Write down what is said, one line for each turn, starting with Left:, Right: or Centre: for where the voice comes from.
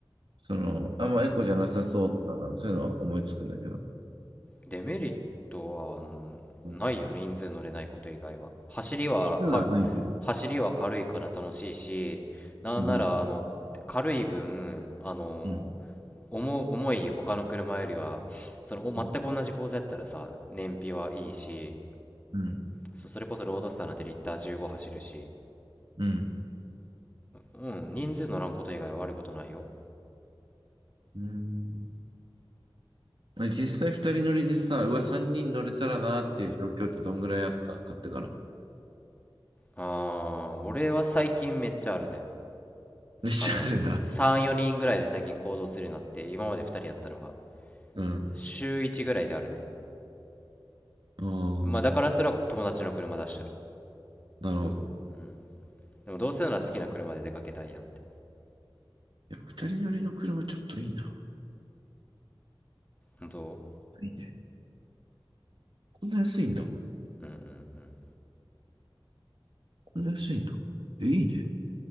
Right: その、あんまエコじゃなさそうとか、なんかそういうのは思いつくんだけど。
Left: デメリットはんないよね、
Right: うん。
Left: 人数乗れないこと以外は。走りはか、
Right: そういうのはないんだ。
Left: 走りは軽いから楽しいし、なんなら、
Right: うん。
Left: あの、軽い分、あの、
Right: うん。
Left: 重、重い他の車よりは、その、お全く同じ構造やったらさ、
Right: うん。
Left: 燃費はいいし、
Right: うん。
Left: そ、それこそロードスターなんてリッター15走るし、
Right: うん
Left: うん、人数乗らんこと以外は悪いことないよ。
Right: うん実際二人乗りでさ、うわ、三人乗れたらなっていう状況ってどんぐらいあった買ってから。
Left: あー、俺は最近めっちゃあるね。
Right: めっちゃあるんだ。
Left: あの、3、4人ぐらいで最近行動するようになって、今まで2人やったのが、
Right: うん。
Left: 週1ぐらいであるね。
Right: ああ、
Left: まあだからそれは友達の車出してる。
Right: なるほど。
Left: うん。でもどうせなら好きな車で出かけたいやんって。
Right: いや、二人乗りの車ちょっといいな。
Left: 本当
Right: いいね。こんな安いんだ。
Left: うんうんうん。
Right: こんな安いんだ。え、いいね。